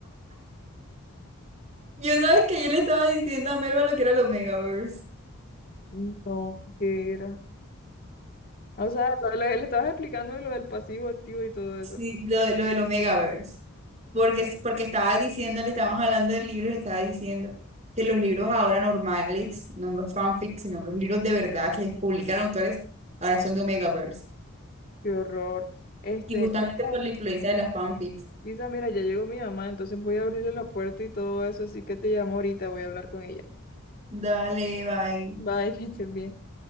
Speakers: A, on the right; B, on the left.
A: Yo sabes que yo le estaba diciendo a Merva lo que era el Omegaverse.
B: Sí. No, que era. O sea, lo, lo que le estabas explicando de lo del pasivo activo y todo
A: Sí,
B: eso.
A: lo, de- lo del Omegaverse. Porque, es porque estaba diciendo, le estábamos hablando del libro y le estaba diciendo que los libros ahora normales, no los fanfics, sino los libros de verdad que publican autores, ahora son de Omegaverse.
B: Qué horror. Este,
A: Y justamente
B: Isa,
A: por la influencia de las fanfics.
B: Isa, mira, ya llegó mi mamá, entonces voy a abrirle la puerta y todo eso, así que te llamo ahorita, voy a hablar con ella.
A: Dale, bye.
B: Bye, <laughs> que estés bien.